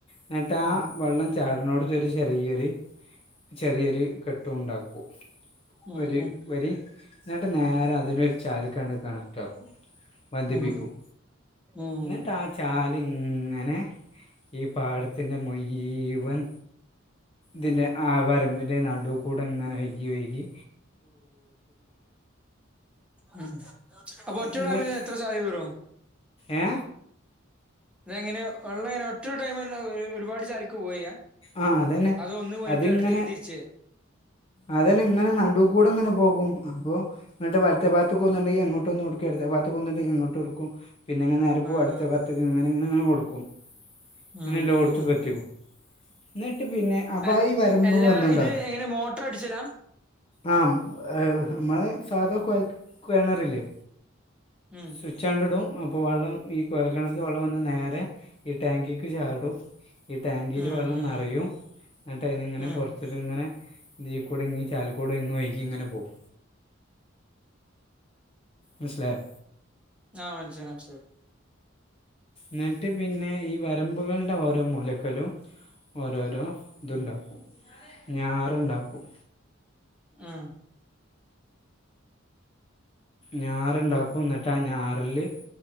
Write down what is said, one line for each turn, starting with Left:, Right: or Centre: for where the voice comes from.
Left: എന്നട്ട്
Centre: ഉം
Left: ആ വെള്ളം ചാടിനടുത്തൊരു ചെറിയൊരു ചെറിയൊരു കെട്ടും ഉണ്ടാക്കും
Centre: ഉം
Left: ഒര്
Centre: ഉം
Left: വരി ന്ന്ട്ട് നേരാതിന് ചാരി കാണ്ട് കണക്ടാക്കും പദിപ്പിക്കും
Centre: ഉം ഉം
Left: ന്ന് ട്ടാ ചാല്ങ്ങനെ ഈ പാടത്തിൻ്റെ മുഴിവൻ തിനെ ആ വരമ്പിന്റെ നടുകൂടെ ങ്ങനെ ഒഴികി ഒഴികി
Centre: ഉം അപ്പൊ ഒറ്റ
Left: എന്നിട്ട്
Centre: ഒര് ടൈമില് എത്ര സാരി കീറും
Left: ഏ
Centre: തെങ്ങനെ വെള്ളം എങ്ങന ഒറ്റൊരു ടൈമെന്നേ ഒരുപാട് ചാല്ക്ക് പോവായ്യാ
Left: ആ അതന്നെ
Centre: അതൊന്ന് പോയിട്ട്
Left: അതിങ്ങനെ
Centre: അടുത്തേക്ക് തിരിച്ചേ
Left: അതന്നെ ഇങ്ങനെ നടു കൂടെ ഇങ്ങനെ പോകും. അപ്പോ ന്നട്ട് വലത്തെ ബാത്ത്ക്കൊന്ന്ണ്ടെങ്കി അങ്ങോ ഇപൊന്നുടുക്കരുത് ബാത്ത് പോവ്ന്ന്ണ്ടെങ്കി എങ്ങോട്ടുടുക്കും പിന്ന അങ്ങ് നേരെ പോവും
Centre: ആഹ്
Left: അടുത്ത ബർത്ത് ഇങ്ങനെ ഇങ്ങനെ ഇങ്ങനെ കൊടുക്കും അങ്ങനെ
Centre: ഉം
Left: ല്ലോട്ത്തുക്കെത്തിക്കും
Centre: ഉം ഉം
Left: ന്ന്ട്ട് പിന്നെ അപായി
Centre: അൽ
Left: വരുമ്പൊ
Centre: എല്ലാ
Left: വന്നണ്ടാ
Centre: ഇത് എങ്ങനെ മോട്ടർ അടിച്ചലാ
Left: ആ മ്മളെ സാധ കൊഴൽക്ക് കെണർല്ലെ
Centre: ഉം
Left: കുഴിച്ചാണ്ട്ടും അപ്പോ വെള്ളം ഈ കൊയൽ കെണർത്തെ വെള്ളം വന്ന് നേരെ ഈ ടാങ്കിക്ക് ചാടും ലു
Centre: ഉം
Left: വെള്ളം
Centre: ഉം
Left: നെറയു ന്ന്ട്ട് അയിനെങ്ങനെ
Centre: ഉം
Left: പൊറത്ത്ക്ക്ങ്ങനെ തീക്കൂടെങ്ങി ചാല് കൂടെങ്ങ് ഒഴ്കിങ്ങനെ പോവും മസ്ലായോ
Centre: ആഹ് മനസ്ലായി മസ്ലാലായി
Left: ന്ട്ട് പിന്നെ ഈ വരമ്പുകൾടെ ഓരോ മൂലക്കലും ഓരോരോ ത്ണ്ടാക്കും
Centre: ഉം
Left: ഞാറ്ണ്ടാക്കും
Centre: ആഹ്
Left: ഞാറ്ണ്ടാക്കും ന്ന്ട്ടാ ഞാറ്ല്